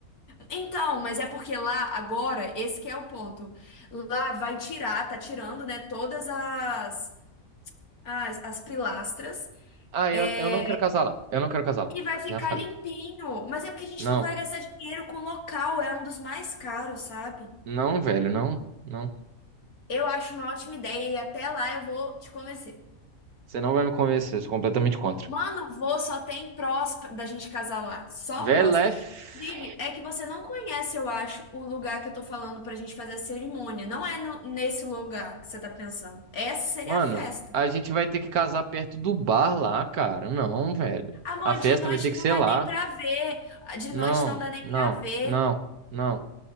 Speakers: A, on the left (about 80°); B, on the right (about 85°).
A: Então, mas é porque lá, agora, esse que é o ponto. Lá vai tirar, tá tirando, né, todas as, as, as pilastras.
B: Ah,
A: é,
B: eu, eu não quero casar lá. Eu não quero casar lá.
A: e vai ficar
B: Já falei.
A: limpinho. Mas é porque a gente
B: Não,
A: não vai gastar dinheiro com local, é um dos mais caros, sabe?
B: não, velho, não, não.
A: Eu acho uma ótima ideia e até lá eu vou te convencer.
B: Você não vai me convencer, eu sou completamente contra.
A: Mano, vou só tem prós da gente casar lá. Só
B: Velho,
A: prós.
B: lá é. f-
A: Inclusive, é que você não conhece, eu acho, o lugar que eu tô falando pra gente fazer a cerimônia. Não é no- nesse lugar que você tá pensando. Essa seria
B: Mano,
A: a festa.
B: a gente vai ter que casar perto do bar lá, cara. Não, velho.
A: Amor,
B: A festa
A: de noite
B: vai ter que
A: não
B: ser
A: dá
B: lá.
A: nem pra ver. De
B: Não,
A: noite não dá nem
B: não,
A: pra ver.
B: não, não,